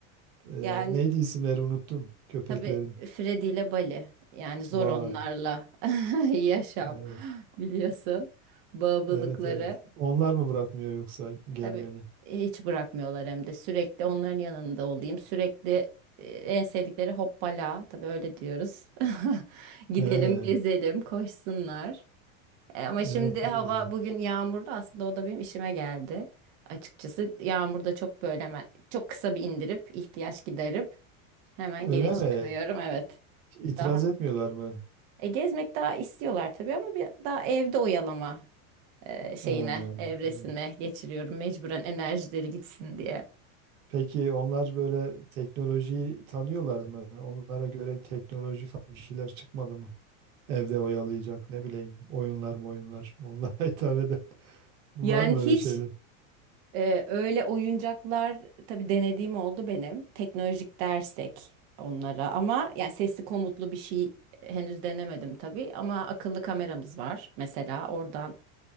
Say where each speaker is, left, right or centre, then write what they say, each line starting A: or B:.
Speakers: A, on the right (about 80°); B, on the right (about 50°).
A: Eee,
B: Yani
A: neydi isimleri unuttum köpeklerin.
B: tabii Fredi ile Bali. Yani zor
A: Vay.
B: onlarla <laughs> yaşam
A: Evet.
B: biliyorsun. Bağımlılıkları.
A: Evet evet. Onlar mı bırakmıyor yoksa
B: E,
A: gelmeni?
B: Tabii hiç bırakmıyorlar hem de sürekli onların yanında olayım. Sürekli e, en sevdikleri hoppala. Tabii öyle diyoruz. <laughs> Gidelim,
A: He,
B: gezelim, koşsunlar. E, ama
A: evet
B: şimdi hava
A: ne güzel.
B: bugün yağmurlu aslında o da benim işime geldi. Açıkçası yağmurda çok böyle hemen çok kısa bir indirip ihtiyaç giderip hemen
A: Öyle
B: geri çıkarıyorum
A: mi?
B: evet.
A: İtiraz
B: Daha.
A: etmiyorlar mı?
B: E, gezmek daha istiyorlar tabii ama bir daha evde oyalama e, şeyine
A: He, evet.
B: evresine geçiriyorum mecburen enerjileri gitsin diye.
A: Peki onlar böyle teknolojiyi tanıyorlar mı? Onlara göre bir teknoloji falan bir şeyler çıkmadı mı? Evde oyalayacak ne bileyim oyunlar mı oyunlar onlara <laughs> hitap eden var
B: Yani
A: mı
B: hiç
A: öyle şeyler?
B: Ee, öyle oyuncaklar tabii denediğim oldu benim. Teknolojik dersek onlara ama yani sesli komutlu bir şey henüz denemedim tabii ama akıllı kameramız var mesela oradan